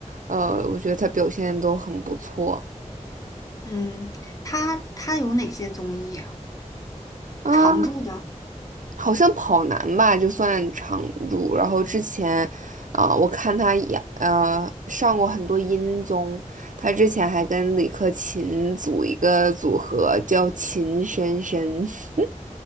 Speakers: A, on the right (about 85°); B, on the left (about 25°).
A: 呃，我觉得他表现都很不错。
B: 嗯，他他有哪些综艺啊？
A: 啊。
B: 常驻的？
A: 好像跑男吧，就算常驻。然后之前，啊、我看他演，呃上过很多音综，他之前还跟李克勤组一个组合叫秦深深。<laughs>